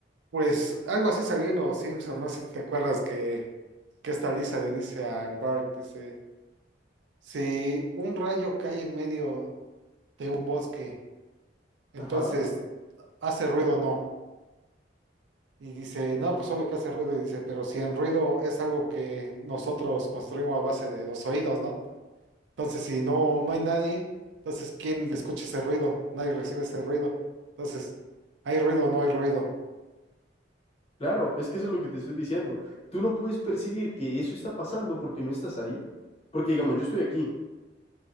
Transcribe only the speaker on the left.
Ajá.
Claro, es que eso es lo que te estoy diciendo. Tú no puedes percibir que eso está pasando porque no estás ahí. Porque, digamos, yo estoy aquí